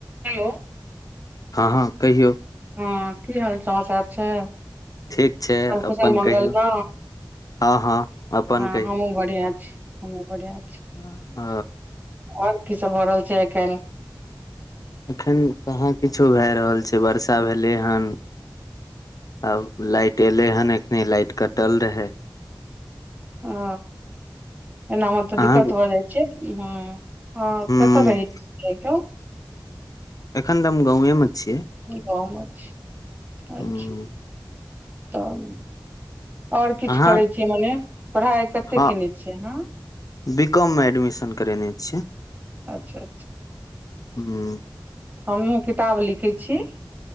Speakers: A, on the right; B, on the left.
A: Hello
B: हँ हँ कहियौ
A: हँ की हाल समाचार छै
B: ठीक छै
A: सब
B: अपन
A: कुशल मंगल
B: कहियौ
A: न।
B: हँ हँ अपन
A: हँ हमहु बढ़िआ छी हमहु बढ़िआ छी
B: हं‌ ह
A: ओर की सब भऽ रहल छै एखन
B: एखन कहाँ किछो भए रहल छै बर्षा भेलै हन आब लाइट एलै हन एखने लाइट कटल रहै।
A: ओ एनामे
B: अहाँ
A: तऽ दिक्कत भऽ जाए छै ह हँ
B: हूँ
A: कतऽ रहै छी ऐ ठम
B: एखन तऽ हम गाॅंवे मे छी।
A: गाॅंव में छी अछि
B: हूँ
A: तऽ ओर किछ
B: अहाँ
A: करै छी मने पढ़ाइ कते
B: हँ
A: केने छियै अहाँ
B: बी कॉम में एडमिशन करेने छियै
A: अच्छा अच्छा
B: हूँ
A: हमहूँ किताब लिखै छी